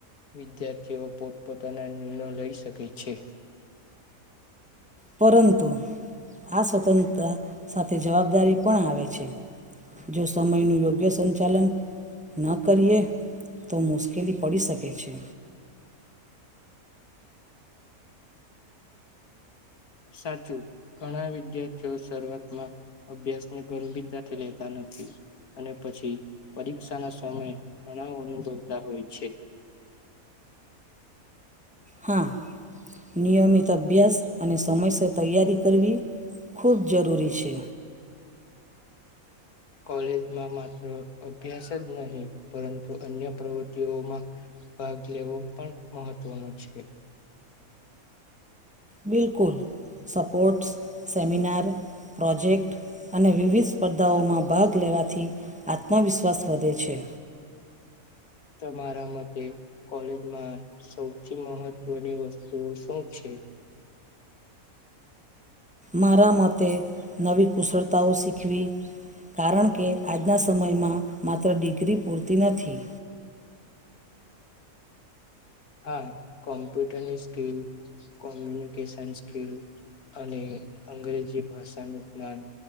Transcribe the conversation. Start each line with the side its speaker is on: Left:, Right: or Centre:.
Left: વિદ્યાર્થીઓ પોતપોતાના નિર્ણયો લઈ શકે છે.
Centre: પરંતુ આ સ્વતંત્તા સાથે જવાબદારી પણ આવે છે. જો સમયનું યોગ્ય સંચાલન <unintelligible> કરીએ તો મુશ્ કેલી પડી શકે છે.
Left: સાચું ઘણા વિદ્યાર્થીઓ શરૂઆતમાં અભ્યાસને ગંભીરતાથી લેતા નથી અને પછી પરીક્ષાના સમય તણાવ અનુભવતા હોય છે.
Centre: હા નિયમિત અભ્યાસ અને સમયસર તૈયારી કરવી ખૂબ જરૂરી છે.
Left: કોલેજમાં માત્ર અભ્યાસ જ નહીં પરંતુ અન્ય પ્રવૃતિઓમાં ભાગ લેવો પણ મહત્વનો છે.
Centre: બિલકુલ સપોર્ટ્સ સેમિનાર પ્રોજેક્ટ અને વિવિધ સ્પર્ધાઓમાં ભાગ લેવાથી આત્મવિશ્વાસ વધે છે.
Left: તમારા મતે કોલેજમાં સૌથી મહત્વની વસ્તુઓ શું છે.
Centre: મારા મતે નવી કુશળતાઓ શીખવી કારણ કે આજના સમયમાં માત્ર ડિગ્રી પૂરતી નથી.
Left: હા કોમ્પ્યુટરની સ્કિલ કોમ્યુનિકેશન સ્કિલ અને અંગ્રેજી ભાષાનું જ્ઞાન